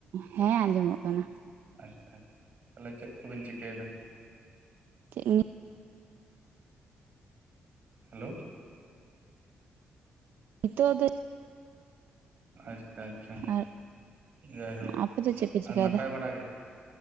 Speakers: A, on the right; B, on the right.
A: ᱦᱮᱸ ᱟᱸᱡᱚᱢᱚᱜ ᱠᱟᱱᱟ᱾
B: ᱟᱪᱪᱷᱟ ᱟᱪᱪᱷᱟ ᱛᱟᱦᱚᱞᱮ ᱪᱮᱫ ᱠᱚᱵᱤᱱ ᱪᱤᱠᱟᱹᱭᱮᱫᱟ?
A: ᱪᱮᱜ ᱱᱤ
B: ᱦᱮᱞᱳ
A: ᱱᱤᱛᱚᱜ ᱫᱚ
B: ᱟᱪᱪᱷᱟ ᱟᱪᱪᱷᱟ
A: ᱟᱨ
B: ᱡᱟᱭᱦᱳᱠ,
A: ᱟᱯᱮ ᱫᱚ ᱪᱮᱫ ᱯᱮ ᱪᱮᱠᱟᱭᱮᱫᱟ
B: ᱟᱨ ᱱᱟᱯᱟᱭ ᱵᱟᱲᱟ ᱜᱮ?